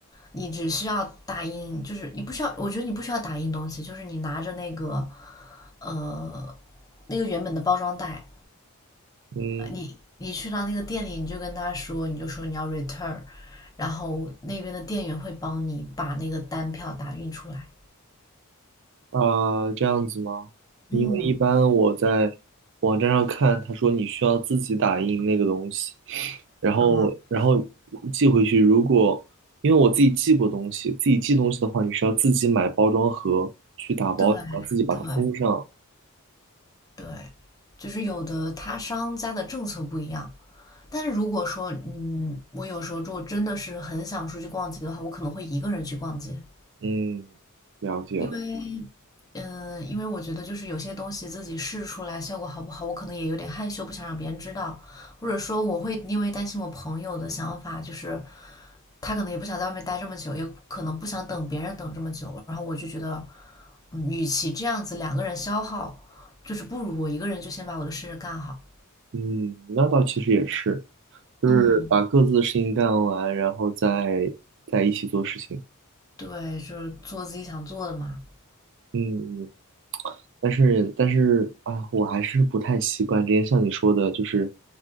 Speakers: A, on the left; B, on the right.
A: 你只需要打印，就是你不需要，我觉得你不需要打印东西，就是你拿着那个，呃，那个原本的包装袋，
B: 嗯，
A: 呃你你去到那个店里，你就跟他说，你就说你要 return，然后那边的店员会帮你把那个单票打印出来。
B: 啊，这样子吗？
A: 嗯
B: 因为一般我在网站上看，他说你需要自己打印那个东西，然后然后寄回去。
A: 嗯，
B: 如果因为我自己寄过东西，自己寄东西的话，你是要自己买包装盒去打包然后自己把它封上。
A: 对对对，就是有的他商家的政策不一样。但是如果说，嗯，我有时候如果真的是很想出去逛街的话，我可能会一个人去逛街，
B: 嗯，了解了。
A: 因为，嗯、因为我觉得就是有些东西自己试出来效果好不好，我可能也有点害羞，不想让别人知道，或者说我会因为担心我朋友的想法，就是他可能也不想在外面待这么久，也可能不想等别人等这么久，然后我就觉得，嗯，与其这样子两个人消耗，就是不如我一个人就先把我的事干好，
B: 嗯，那倒其实也是，就是把各自的事情干完，
A: 嗯，
B: 然后再再一起做事情。
A: 对，就是做自己想做的嘛。
B: 嗯，嗯但是但是啊，我还是不太习惯。之前像你说的，就是